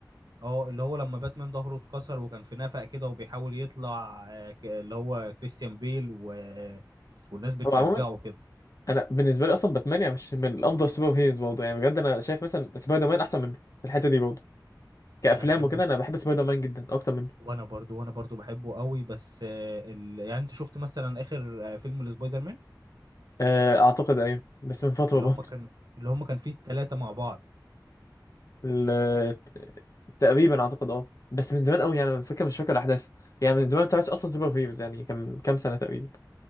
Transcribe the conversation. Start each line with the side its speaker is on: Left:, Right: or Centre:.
Right: اه اللي هو لما باتمان ظهره اتكسر وكان في نفق كده وبيحاول يطلع آه، ك- اللي هو كريستيان بيل و... والناس بتشجعه
Left: هو عموما
Right: كده
Left: انا بالنسبه لي اصلا باتمان يعني مش من الافضل سوبر هيروز برضه يعني بجد انا شايف مثلا سبايدر مان احسن منه في الحته دي برضه كافلام
Right: انا بحب
Left: وكده انا بحب سبايدر مان جدا اكتر منه
Right: وانا برضو وانا برضو بحبه قوي بس آه، ال... يعني انت شفت مثلا اخر آه، فيلم لسبايدر مان
Left: آه، اعتقد ايوه بس من فتره
Right: اللي
Left: برضه
Right: هم كان اللي هم كان فيه التلاتة مع بعض
Left: ال- تقريبا اعتقد اه بس من زمان قوي يعني أنا فاكر مش فاكر الاحداث يعني من زمان ما بتابعش اصلا سوبر هيروز يعني كان كام سنه تقريبا